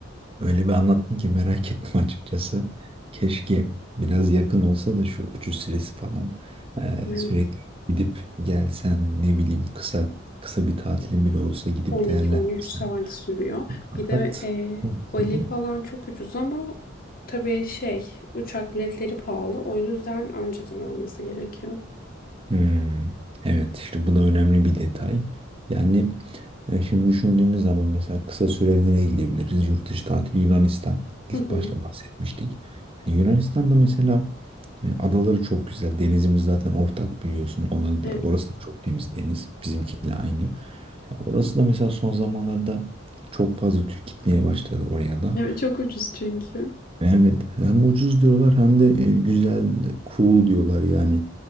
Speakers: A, on the right (about 30°); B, on the left (about 50°).
A: öyle bir anlattın ki merak <laughs> ettim açıkçası. Keşke biraz yakın olsa da şu uçuş süresi falan eee,
B: Evet,
A: sürekli gidip gelsen ne bileyim kısa kısa bir tatilin bile olsa gidip
B: 12-13
A: değerlendirsen.
B: saat sürüyor.
A: Fakat
B: Bir de e,
A: Hı
B: Bali
A: hı.
B: falan çok ucuz ama tabii şey uçak biletleri pahalı. O yüzden önceden alması gerekiyor.
A: Hmm, evet işte bu da önemli bir detay. Yani e, şimdi düşündüğümüz zaman mesela kısa süreli nereye gidebiliriz? Yurt dışı tatil Yunanistan. İlk
B: Hı hı.
A: başta bahsetmiştik. Yani Yunanistan'da mesela e, adaları çok güzel. Denizimiz zaten ortak biliyorsun. Onların
B: Evet,
A: da, orası da çok temiz deniz. Bizimkiyle aynı. Ya orası da mesela son zamanlarda çok fazla Türk gitmeye başladı oraya da.
B: evet çok ucuz çünkü.
A: Evet, hem ucuz diyorlar hem de e, güzel, cool diyorlar yani.